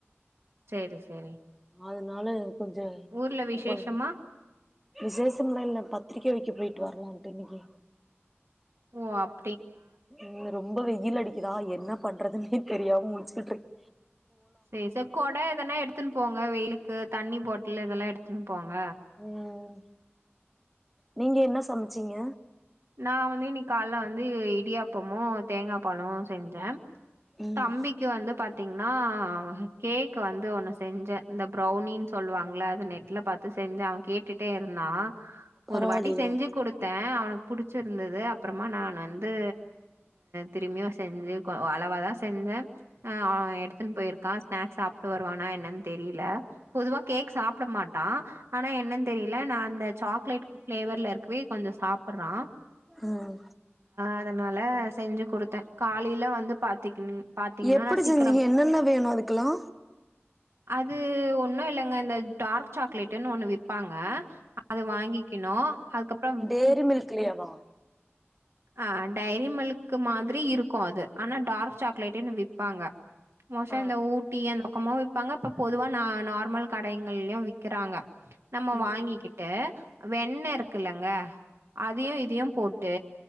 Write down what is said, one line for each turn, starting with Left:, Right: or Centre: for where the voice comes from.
Right: சேரி சேரி
Centre: அதனால கொஞ்ச
Right: ஊர்ல விசேஷமா
Centre: கொஞ்ச விசேஷம்லா இல்ல பத்திரிக்கை வைக்க போயிட்டு வரலாம்ட்டு இன்னிக்கு
Right: ஓ அப்
Centre: ம் ரொம்ப வெயில் அடிக்குதா என்ன பண்றதுன்னே தெரியாம முழிச்சுக்கிட்ருக்
Right: தேச கொடை எதானா எடுத்துன்னு போங் வெயிலுக்கு தண்ணி பாட் இல்ல இதெல்லா எடுத்துன்னு போங்க
Centre: ம் நீங்க என்ன சமைச்சீங்க
Right: நான் வந்து இன்னைக்கு காலைல வந்து இடியாப்பமும் தேங்கா பாலும் செஞ்சேன்
Centre: ம்
Right: தம்பிக்கு வந்து பாத் தீங்கன்னா கேக் வந்து ஒன்னு செஞ்சேன் இந்த ப்ரௌனின்னு சொல்லுவாங்கள அத நெட்டில பார்த்து செஞ்சேன் அவன் கேட்டுட்டே இருந்தான்
Centre: பரவாயில்லையே
Right: ஒரு வாட்டி செஞ்சு குடுத்தேன் அவனுக் புடிச்சிருந்தது அப்புறமா நான் வந்து திரும்பியும் செஞ்சு அளவா தான் செஞ்சேன் ஆ எடுத்துன்னு போயிருக்கான் ஸ்நாக்ஸ் சாப் ட்டு வருவானா என்னன்னு தெரியல பொதுவா கேக் சாப்புட மாட்டான் ஆனா என்னன்னு தெரியல நான் அந்த சாக்லேட் ப்ளேவர்ல இருக்கவே கொஞ்சம் சாப் புறான்
Centre: ம்
Right: அதனால செஞ்சு கொடுத்தேன் காலையில வந்து பா பாத்தீங்கன்னா
Centre: எப்டி
Right: நான் சீக்கிரம்
Centre: செஞ்சீங்க என்னென்ன வேணு அதுக்கெல்லா
Right: அது ஒன்னும் இல்லங்க டார்க் சாக்லேட்ன்னு ஒன்னு விப்பாங்க அது வாங்கிக்கணும் அதுக்கப்புறம்
Centre: டைரி மில்க்லேவா
Right: ஆ டைரி மில்க்கு மா திரி இருக்கும் அது ஆனா டார்க் சாக்லேட்ன்னு விப்பாங்க மோஸ்டா
Centre: ஆ
Right: இந்த ஊட்டி அந்த பக்கம விப்பாங்க பொதுவா நார்மல் கடைங்கலையும் விக்கிறாங்க நம்ம
Centre: ம்
Right: வாங்கிக்கிட்டு
Centre: ம்
Right: வெண்ண இருக்குல்லங்க அதையும் இதையு ம் போட்டு